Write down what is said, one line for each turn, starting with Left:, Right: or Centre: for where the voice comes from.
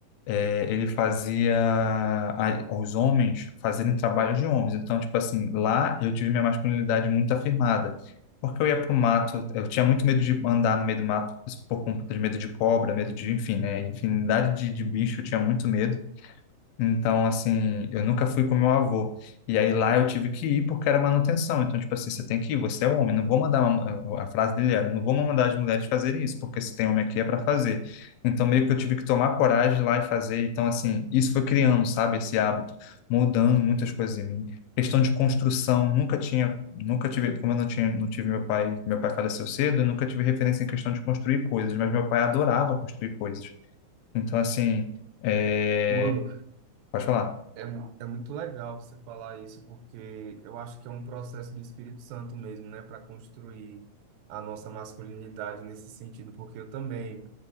Left: É, ele fazia a- os homens fazerem trabalho de homens. Então, tipo assim, lá eu tive minha masculinidade muito afirmada. Porque eu ia pro mato, eu tinha muito medo de andar no meio do mato por conta de medo de cobra, medo de, enfim, né? Infinidade de, de bicho, eu tinha muito medo. Então, assim, eu nunca fui com meu avô. E aí lá eu tive que ir porque era manutenção. Então, tipo assim, você tem que ir, você é homem, não vou mandar uma- a frase dele era, não vou mandar as mulheres fazerem isso, porque se tem homem aqui é para fazer. Então, meio que eu tive que tomar coragem lá e fazer. Então, assim, isso foi criando, sabe, esse hábito, mudando muitas coisas em mim. Questão de construção, nunca tinha, nunca tive, como eu não tinha, não tive meu pai, meu pai faleceu cedo, eu nunca tive referência em questão de construir coisas, mas meu pai adorava construir coisas. Então, assim, é...
Right: Mano,
Left: pode falar.
Right: É, mu- é muito legal você falar isso, porque eu acho que é um processo do Espírito Santo mesmo, né, para construir a nossa masculinidade nesse sentido, porque eu também